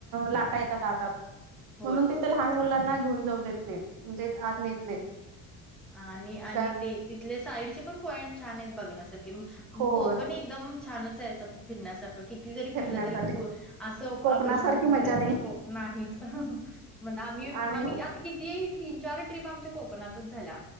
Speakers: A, on the right (about 65°); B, in the centre.
A: लाटा येतात आत आत
B: होय
A: म्हणून ते तर लहान मुलांना घेऊन जाऊ देत नाहीत, म्हणजे आत नेत नाहीत.
B: आणि
A: का
B: ते तिथले साईडचे पण पॉइंट छान हेत बघण्यासारखे
A: होय
B: कोकण एक -- एकदम छानच हाय अस फिरण्यासारखं. किती जरी
A: फिरण्यासाठी
B: फिरलं तरी असं
A: कोकणासारखी
B: आपलं मनच भरत
A: मजा
B: नाही कोकण आहेचं. म्हण आम्ही
A: आणि
B: आम्ही आता किती तीन, चार ट्रीप आमच्या कोकणातच झाल्या.